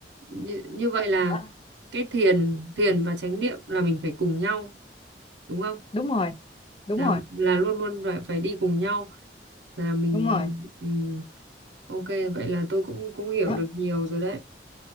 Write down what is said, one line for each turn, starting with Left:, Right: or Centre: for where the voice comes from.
Right: như, như vậy là
Left: đó.
Right: cái thiền thiền và chánh niệm là mình phải cùng nhau đúng không
Left: đúng rồi đúng
Right: là
Left: rồi
Right: là luôn luôn phải phải đi cùng nhau là mình
Left: đúng rồi
Right: ừm, ok vậy là tôi cũng cũng hiểu
Left: đó.
Right: được nhiều rồi đấy